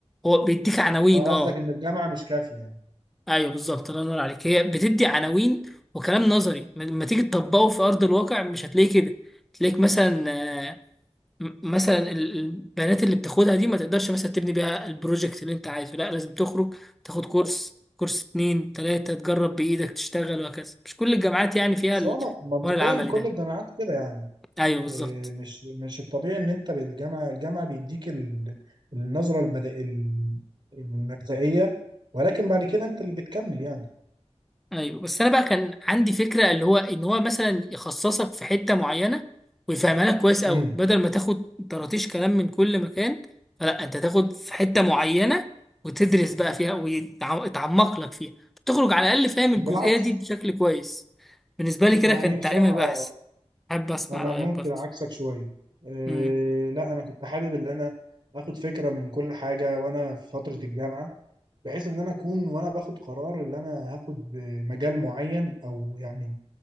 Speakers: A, in the centre; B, on the right.
A: هو بيديك عناوين
B: اه
A: اه
B: قصدك ان الجامعه مش كافيه يعني
A: ايوه بالظبط الله ينور عليك هي بتدي عناوين وكلام نظري م- لما تيجي تطبقه في ارض الواقع مش هتلاقيه كده تلاقيك مثلا آه، م- مثلا ال- البنات اللي بتاخدها دي ما تقدرش مثلا تبني بيها البروجكت اللي انت عايزه لا لازم تخرج تاخد كورس كورس اتنين تلاتة تجرب بإيدك تشتغل وهكذا مش كل الجامعات يعني فيها
B: بس
A: الحوار
B: هو م- منطقيا
A: العملي
B: كل
A: ده
B: الجامعات كده يعني
A: ايوه بالظبط
B: إيه، مش مش الطبيعي ان انت بالجامعه الجامعه بيديك ال- النظره البدائيه المبدئيه ولكن بعد كده انت اللي بتكمل يعني
A: ايوه بس انا بقى كان عندي فكره اللي هو ان هو مثلا يخصصك في حته معينه ويفهمها لك كويس قوي
B: امم
A: بدل ما تاخد طراطيش كلام من كل مكان فلا انت تاخد في حته معينه وتدرس بقى فيها ويتعمق لك فيها تخرج على الاقل فاهم الجزئيه
B: بالعكس
A: دي بشكل كويس بالنسبه لي كده
B: يعني
A: كان التعليم
B: بصراحه
A: هيبقى احسن حابب اسمع
B: انا
A: رايك
B: ممكن
A: برضه
B: عكسك شويه إيه،
A: امم
B: لا انا كنت حابب ان انا اخد فكره من كل حاجه وانا في فتره الجامعه بحيث ان انا اكون وانا باخد قرار ان انا هاخد مجال معين او يعني